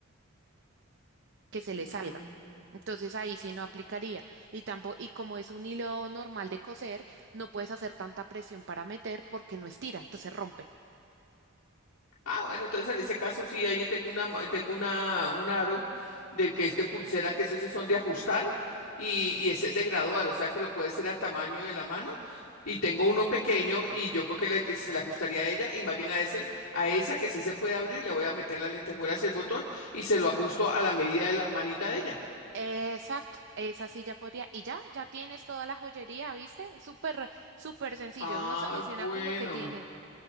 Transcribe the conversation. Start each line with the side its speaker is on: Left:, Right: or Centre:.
Right: que se le
Left: Mm.
Right: salga. Entonces ahí sí no aplicaría. Y tampoco, y como es un hilo normal de coser, no puedes hacer tanta presión para meter porque no estira, entonces rompe.
Left: Ah, bueno, entonces en ese caso sí, ahí tengo una, ma- tengo una, un aro de que es de pulsera, que esos sí son de ajustar y, y ese es de graduar, o sea que lo puede hacer al tamaño de la mano. Y tengo uno pequeño y yo creo que, le- que se le ajustaría a ella y más bien a ese, a esa que sí se puede abrir, le voy a meter la lentejuela hacia el botón y se lo ajusto a la medida de la manita de ella.
Right: Exacto, esa sí ya podría. Y ya, ya tienes toda la joyería, ¿viste? Súper, súper sencillo.
Left: Ah,
Right: Uno soluciona
Left: bueno.
Right: con lo que tiene.